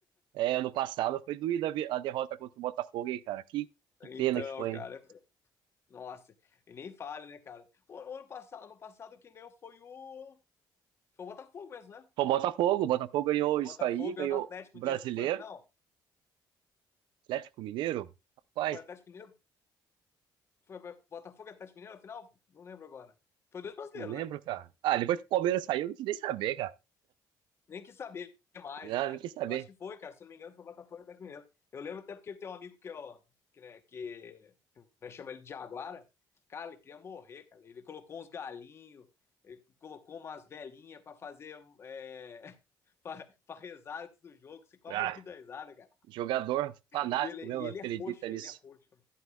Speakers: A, on the right (about 80°); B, on the left (about 35°).
A: É, ano passado foi doída a vi- a derrota contra o Botafogo, hein, cara? Que, que
B: Então,
A: pena que foi,
B: cara,
A: hein?
B: nossa, e nem fale, né, cara? O, o ano passado, ano passado, quem ganhou foi o. Foi o Botafogo mesmo, né?
A: Pô, Botafogo, o Botafogo ganhou
B: O
A: isso
B: Botafogo
A: aí,
B: ganhou
A: ganhou
B: do Atlético
A: o
B: Mineiro,
A: Brasileiro,
B: não foi no final?
A: Atlético Mineiro. Rapaz,
B: Foi o Atlético Mineiro? Foi o Botafogo e Atlético Mineiro no final? Não lembro agora. Foi dois brasileiros,
A: não lembro,
B: né?
A: cara. Ah, depois que o Palmeiras saiu, eu não quis nem saber, cara.
B: nem quis saber mais,
A: Ah,
B: né?
A: não quis saber.
B: Eu acho que foi, cara. Se eu não me engano, foi o Botafogo e o Atlético Mineiro. Eu lembro até porque tem um amigo que, ó, que, né, que né, chama ele de Jaguara. Cara, ele queria morrer, cara. Ele colocou uns galinhos, ele colocou umas velhinhas para fazer é, <laughs> para rezar antes do jogo, você quase
A: Ah,
B: morri da risada, cara.
A: jogador fanático
B: E ele,
A: mesmo,
B: e ele
A: acredita
B: é roxo,
A: nisso.
B: ele é roxo.